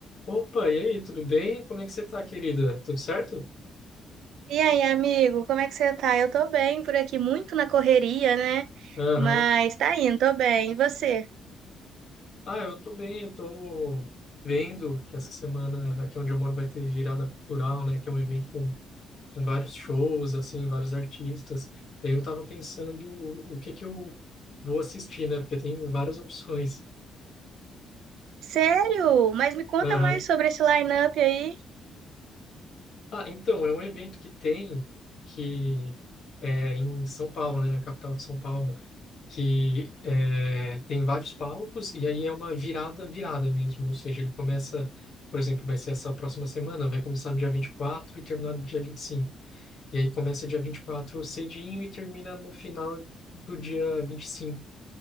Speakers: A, on the left; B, on the right.
A: Opa, e aí, tudo bem? Como é que você tá, querida? Tudo certo?
B: E aí, amigo, como é que você tá? Eu tô bem por aqui, muito na correria, né?
A: Aham.
B: Mas tá indo, tô bem. E você?
A: Ah, eu tô bem, eu tô vendo que essa semana aqui onde eu moro vai ter virada cultural, né? Que é um evento com, com vários shows, assim, vários artistas. E aí eu tava pensando o, o que que eu vou assistir, né? Porque tem várias opções.
B: Sério? Mas me conta
A: Aham.
B: mais sobre esse line-up aí.
A: Ah, então, é um evento que tem que é em São Paulo, né, na capital de São Paulo, que é, tem vários palcos e aí é uma virada, virada mesmo, ou seja, ele começa, por exemplo, vai ser essa próxima semana, vai começar no dia vinte e quatro e terminar no dia vinte E cinco. E aí começa dia 24 cedinho e termina no final do dia 25.